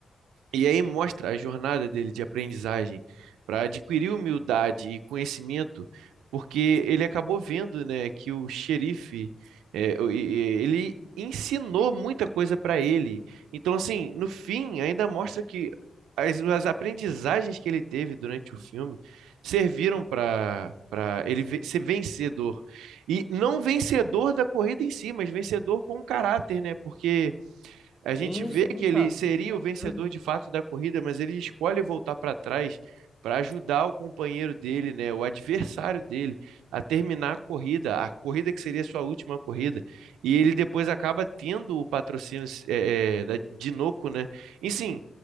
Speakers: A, on the right (about 80°); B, in the centre.
A: E aí mostra a jornada dele de aprendizagem para adquirir humildade e conhecimento, porque ele acabou vendo, né, que o xerife, é, o- e- e- ele ensinou muita coisa para ele. Então, assim, no fim, ainda mostra que as, as aprendizagens que ele teve durante o filme serviram para para ele ve- ser vencedor. E não vencedor da corrida em si, mas vencedor com caráter, né? Porque a gente
B: Sim,
A: vê
B: sim,
A: que ele
B: cara,
A: seria
B: com certeza.
A: o vencedor de fato da corrida, mas ele escolhe voltar para trás para ajudar o companheiro dele, né, o adversário dele, a terminar a corrida, a corrida que seria sua última corrida. E ele depois acaba tendo o patrocínio é, é, da Dinoco, né? E sim,